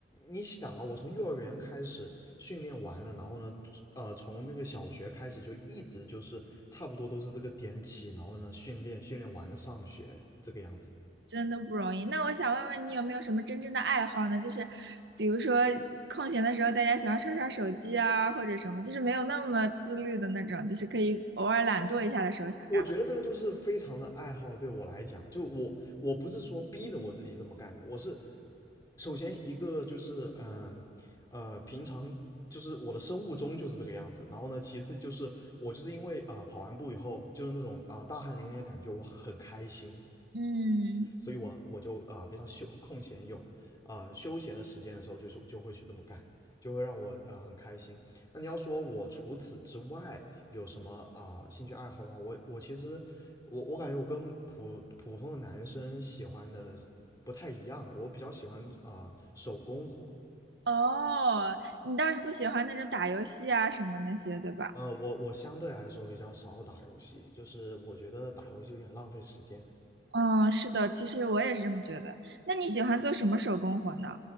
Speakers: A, on the left (about 20°); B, on the right (about 70°).
A: 你想啊，我从幼儿园开始训练完了，然后呢，呃，从那个小学开始就一直就是差不多都是这个点起，然后呢训练训练完了上学这个样子。
B: 真的不容易。那我想问问你有没有什么真正的爱好呢？就是比如说空闲的时候，大家喜欢刷刷手机啊，或者什么，就是没有那么自律的那种，就是可以偶尔懒惰一下的时候想干嘛。
A: 我觉得这个就是非常的爱好，对我来讲，就我我不是说逼着我自己这么干的，我是首先一个就是嗯呃平常就是我的生物钟就是这个样子，然后呢，其次就是我就是因为啊、呃跑完步以后就是那种啊、大汗淋漓的感觉，我很开心，
B: 嗯，
A: 所以我我就啊、呃平常休空闲有啊、呃休闲的时间的时候，就是就会去这么干，就会让我啊、呃很开心。那你要说我除此之外有什么啊、呃兴趣爱好的话，我我其实我我感觉我跟普普通的男生喜欢的不太一样，我比较喜欢啊、呃手工活。
B: 哦，你倒是不喜欢那种打游戏啊什么那些，对吧？
A: 呃，我我相对来说比较少打游戏，就是我觉得打游戏有点浪费时间。
B: 嗯，是的，其实我也是这么觉得。那你喜欢做什么手工活呢？